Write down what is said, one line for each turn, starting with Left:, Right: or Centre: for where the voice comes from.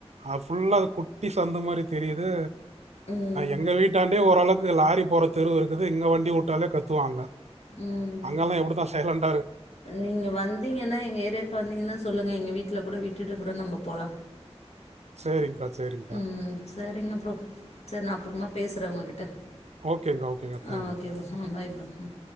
Right: அ ஃபுல்லா அது குட்டி சந்து மாரி தெரிது
Left: ம்.
Right: எங்க வீட்டாண்டயே ஓரளவுக்கு லாரி போற தெருவு இருக்குது இங்க வண்டி வுட்டாலே கத்துவாங்க
Left: ம்.
Right: அங்கெல்லா எப்படிதா ச டேலன்
Left: நீங்க வந்திங்கன்னா எங்க ஏரியாக்கு வந்திங்கன்னா சொல்லுங்க எங்க வீட்ல கூட விட்டுட்டு கூட நம்ப போலா
Right: சரிங்க்கா, சரிங்க்கா.
Left: ம் சரிங்க ப்ரோ செரி நா அப்பறமா பேசற உங்ககிட்ட
Right: ஓகேங்கா ஓகேங்கா தேங்க்யூகா
Left: ஆ ஓகே ப்ரோ ம் பை ப்ரோ ம்